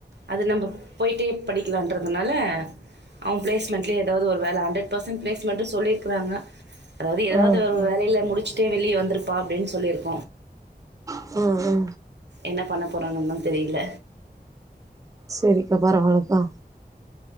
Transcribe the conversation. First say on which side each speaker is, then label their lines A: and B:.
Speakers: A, on the right; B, on the right.
A: அது நம்ப போயிட்டே படிக்கலான்றதுனால அவ‌ பிளஸ்மெண்ட்லே ஏதாவது ஒரு வேல ஹண்டர்பர்சன்ட் ப்ளேஸ் மட்டு சொல்லிருக்குறாங்க அதாவது ஏதாவது
B: ஆ
A: ஒரு
B: ஆ
A: வேலையில முடிச்சு கே வெளியே வந்துருப்பா அப்டின்னு சொல்லிருக்கோ
B: அ அ
A: என்ன பண்ண போறாங்கன்னு தா தெரியல
B: சரிக்கா பரவாலக்கா